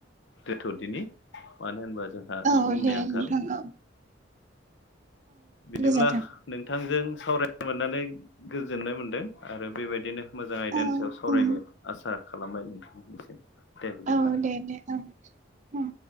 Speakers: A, on the left (about 70°); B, on the right (about 40°).
A: दोनथदिनि। मानो होनबा जोंहा समनि
B: अ दे
A: आंखाल
B: नोंथां अ।
A: बिदिब्ला
B: गोजोन्थों
A: नोंथांजों सावरायनो मोननानै गोजोननाय मोनदों आरो बेबायदिनो मोजां आयदानि
B: औ
A: सायाव सावरायनो
B: उम
A: आसा खालामबाय नोंथांनिसेम। दे बिदिब्ला।
B: औ दे दे औ औ